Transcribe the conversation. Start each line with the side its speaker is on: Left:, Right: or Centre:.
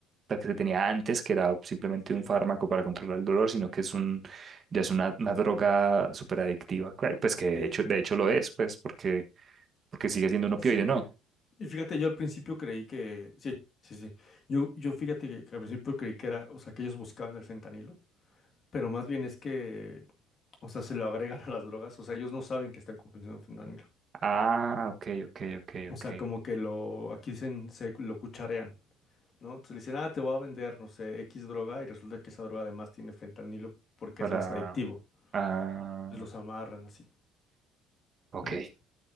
Right: la que se tenía antes, que era simplemente
Left: Sí,
Right: un
Left: no.
Right: fármaco para controlar el dolor, sino que es un, ya es una, una droga súper adictiva, cua- pues que de
Left: sí
Right: hecho, de hecho lo es, pues porque, porque sigue siendo un opioide,
Left: Sí,
Right: ¿no?
Left: y fíjate, yo al principio creí que, sí, sí, sí, yo, yo fíjate que, que al principio creí que era, o sea, que ellos buscaban el fentanilo, pero más bien es que, o sea, se lo agregan a las drogas, o sea, ellos no saben que están consumiendo fentanilo,
Right: Ah, ok, ok, ok,
Left: o
Right: ok.
Left: sea, como que lo, aquí dicen, se lo cucharean, ¿no? Entonces le dicen, ah, te voy a vender, no sé, X droga, y resulta que esa droga además tiene fentanilo porque
Right: Para,
Left: es más adictivo,
Right: ah,
Left: entonces los amarran así,
Right: ok.
Left: ¿no?